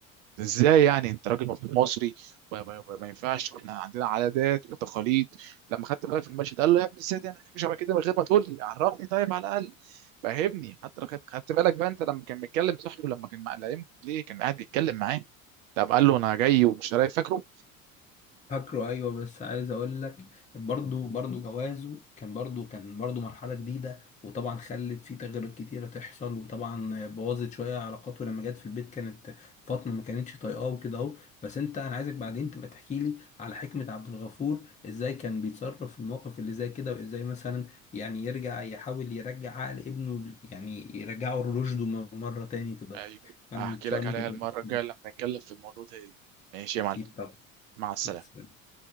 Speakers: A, on the right (about 65°); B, on the left (about 15°).
A: ازاي يعني انت راجل المفروض مصري وما وما- وما ينفعش احنا عندنا عادات وتقاليد لما خدت بالك في المشهد قال له يا ابني ازاي تعمل حاجه شبه كده من غير ما تقول لي عرفني طيب على الاقل فهمني حتى لو خدت خدت بالك بقى انت لما كان بيتكلم صاحبه لما كان مع لئيم ليه كان قاعد بيتكلم معاه طب قال له انا جاي ومش رايح فاكره
B: فاكره ايوه بس عايز اقول لك برضه برضه جوازه كان برضه كان برضه مرحله جديده وطبعا خلت فيه تغيرات كتيره تحصل وطبعا بوظت شويه علاقاته لما جت في البيت كانت فاطمه ما كانتش طايقاه وكده اهو بس انت انا عايزك بعدين تبقى تحكي لي على حكمه عبد الغفور ازاي كان بيتصرف في المواقف اللي زي كده وازاي مثلا يعني يرجع يحاول يرجع عقل ابنه يعني يرجعه لرشده مره تاني كده
A: ايوه
B: اهو. فانا
A: هحكي
B: متشوق
A: لك
B: ان
A: عليها
B: انت تبقى
A: المره
B: تحكي
A: الجايه
B: لي.
A: لما نتكلم في الموضوع ده ماشي يا معلم
B: اكيد طبعا
A: مع السلامه
B: مع السلامه